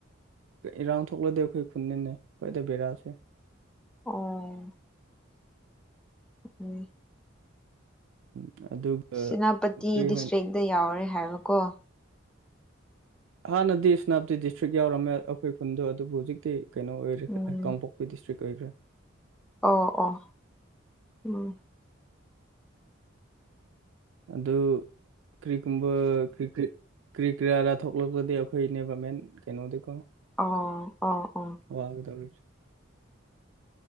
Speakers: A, on the right; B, in the centre.
A: ꯏꯔꯥꯡ ꯊꯣꯛꯂꯗꯤꯦ ꯑꯩꯈꯣꯏ ꯈꯨꯟꯅꯤꯅꯦ ꯍꯣꯏꯗ ꯕꯦꯔꯥꯁꯦ
B: ꯑꯣ ꯎꯝ
A: ꯎꯝ ꯑꯗꯨꯒ
B: ꯁꯦꯅꯥꯄꯇꯤ
A: ꯀꯔꯤ
B: ꯗꯤꯁꯇ꯭ꯔꯤꯛꯇꯛꯇ
A: ꯍꯥꯏꯅꯤ
B: ꯌꯥꯎꯔꯦ ꯍꯥꯏꯕꯀꯣ
A: ꯍꯥꯟꯅꯗꯤ ꯁꯦꯅꯥꯄꯇꯤ ꯗꯤꯁꯇ꯭ꯔꯤꯛ ꯌꯥꯎꯔꯝꯃꯦ ꯑꯩꯈꯣꯏ ꯈꯨꯟꯗꯣ ꯑꯗꯨꯕꯨ ꯍꯧꯖꯤꯛꯇꯤ ꯀꯩꯅꯣ ꯑꯣꯏꯈꯦ
B: ꯎꯝ
A: ꯀꯥꯡꯄꯣꯛꯄꯤ ꯗꯤꯁꯇ꯭ꯔꯤꯛ ꯑꯣꯏꯈ꯭ꯔꯦ
B: ꯑꯣ ꯑꯣ ꯎꯝ
A: ꯑꯗꯨ ꯀꯔꯤꯒꯨꯝꯕ ꯀ ꯀꯦ ꯀ꯭ꯔꯤ ꯀꯔꯤꯌꯥꯔꯥ ꯊꯣꯛꯂꯛꯄꯗꯤ ꯑꯩꯈꯣꯏꯅꯦꯕ ꯃꯦꯟ ꯀꯩꯅꯣꯗꯤꯀꯣ
B: ꯑꯣ ꯑꯣ ꯑꯣ
A: ꯋꯥꯒꯗꯔ